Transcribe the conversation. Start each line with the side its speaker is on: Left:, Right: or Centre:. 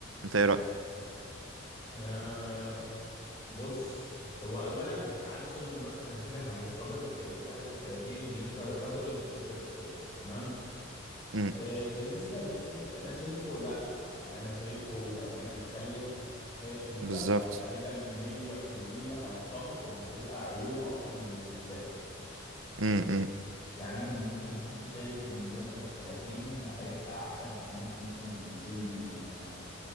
Right: انت ايه رأيك
Left: آه بص هو اولا تعال نفصلهم مثلا كده عن الزواج قبل ال 30 وبعد ال 30 بالنسبة للرجل وبالنسبة للست تمام
Right: امم
Left: آه، بالنسبة للست أنا شايفه لأ صراحة يعني أنا شايفه لو جينا نتكلم شايف إن
Right: بالظبط
Left: لأ غالبا مية في المية هنتفق إن هتبقى عيوبه أكتر من مميزاته
Right: امم
Left: يعني انا بالنسبه للست شايف ان الجواز قبل ال 30 هيبقى احسن يعني ممكن مثلا من سن آه،